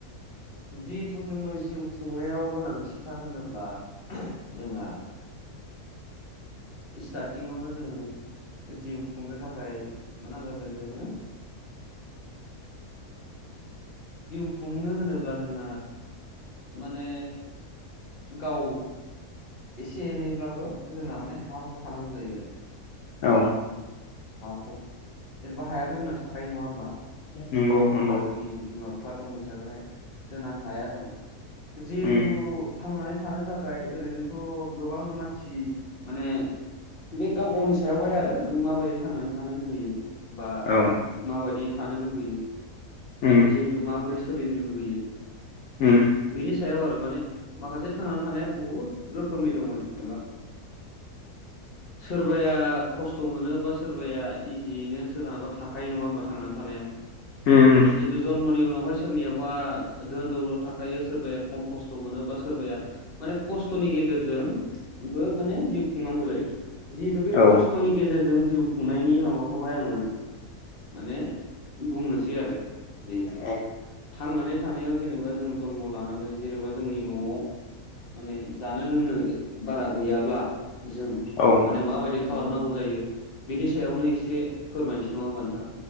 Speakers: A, on the left; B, on the left.
A: जिहेथु जोंनो जिउ खुंनायाव गोनांथिथार होनोब्ला जोंहा इस्टार्टिंआवनो जोङो जिउ खुंनो थाखाय मा नांखागोन जोङो जिउ खुंनो होनोब्ला जोंन माने गाव एसे एनैब्लाबो जोंना माने हा हु थानांगौ जायो आरो
B: औ
A: हाफोर जेनेबा हायाथ' जोंना थाखायो नङा होमबा
B: नंगौ नंगौ
A: दा जोंनि बिमा बिफा दं हिसाबैहाय जोंना हाया दं जिहेतु
B: उम
A: थांनानै थानो थाखाय ओरैनोथ' गोबां मानसि माने बे गाव गावनि सायावहाय आरो नों माबायदि थांनानै थानो लुबैयो बा
B: औ
A: माबायदि थानो लुगैयो
B: उम
A: जिहेथु माबोरै सोलिनो लुुबैयो
B: उम
A: बेनि सायाव आरो माने माखासे थांनानै थानाया बहुद रोखोमनि दङ जेनेबा सोरबाया खस्थ' मोनोबा सोरबाया इजियैनो सोरनहाबा थाखायो नङा होमबा थांनानै थानायाव
B: होम होम
A: जितु जन्मनि उनावहाय सोरनियाबा धोन दौल' थाखायो सोरबाया खम खस्थ' मोनोबा सोरबाया माने खस्थ'नि गेजेरजोंबो माने जिउ खुंनांगौ जायो जिहेतु बे
B: औ
A: खस्थ' खस्थ'नि गेजेरजों जिउ खुंनायनि माबाखौहाय आङो माने बुंनोसै आरो जिहेथु
B: औ
A: थांनानै थानायाव जेनेबा जों जन्म लानानै जेनेबा जोंनि न'आव माने जानो लोंनो बारा गैयाब्ला जों
B: औ
A: माने माबायदि खालामनांगौ जायो बिनि सायावनो एसे फोरमायनोसै नङा होमबा नोंथां